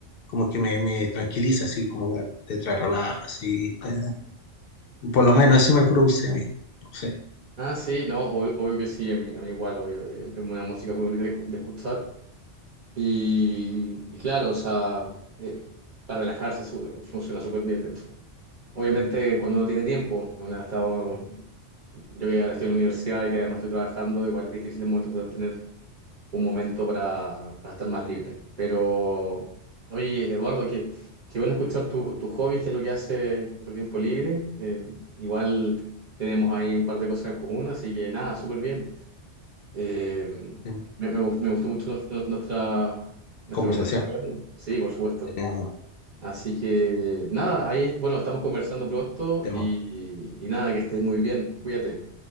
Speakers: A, on the left (about 60°); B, on the right (about 50°).
A: como que me, me tranquiliza, así, como que te trae relaja, así, te- por lo menos eso me produce a mí, no sé,
B: Ah, sí, no, obvio, obvio que sí, a mí, a mí igual, obvio, eh, es una música muy bonita de, escu- de escuchar y, y claro, o sea, eh, para relajarse su- funciona súper bien, de hecho. Obviamente,
A: Mm,
B: cuando uno tiene tiempo, uno ha estado,
A: mm.
B: yo que ahora estoy en la universidad y que además estoy trabajando, igual es difícil en un momento tener un momento para, para estar más libre. Pero, oye, Eduardo, qué, qué bueno escuchar tu- tus hobbies, qué es lo que haces en tu tiempo libre. Eh, igual tenemos ahí un par de cosas en común, así que nada, súper bien. Eh,
A: eh,
B: me, me gust- me gustó mucho nuestra, nuestra nuestra
A: conversación.
B: conversación. Sí, por supuesto.
A: eh,
B: Así que nada, ahí, bueno, estamos conversando pronto
A: tema.
B: y, y- y nada, que estés muy bien, cuídate.